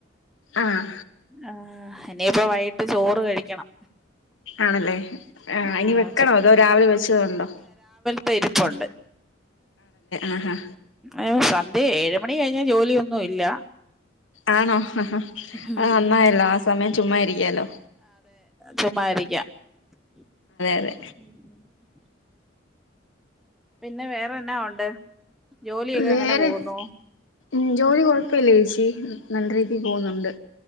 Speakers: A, on the left (about 90°); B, in the centre.
A: ആഹ്
B: ആഹ ഇനിപ്പ വൈട്കി- ചോറ് കഴിക്കണം
A: ആണല്ലേ ആ
B: ഉം
A: ഇനി വെക്കണോ അതോ രാവിലെ വെച്ചത് കൊണ്ടോ
B: പെരുപ്പുണ്ട്
A: ആഹാ
B: ആഹ സ <unintelligible> അതെ ഏഴ് മണി കഴിഞ്ഞാൽ ജോലിയൊന്നും ഇല്ല
A: ആണോ ആ അത്
B: ഉം
A: നന്നായല്ലോ ആ സമയം ചുമ്മാ ഇരിക്കല്ലോ
B: ചുമ്മാരിക്കാം ഉം
A: അതെ
B: <unintelligible> പിന്നെ വേറെന്നാ ഉണ്ട് ജോലിയൊക്കെ
A: വേറെ
B: എങ്ങനെ പോകുന്നു
A: ഉം ജോലി കുഴപ്പില്ല ചേച്ചി നല്ല രീതി പോകുന്നുണ്ട്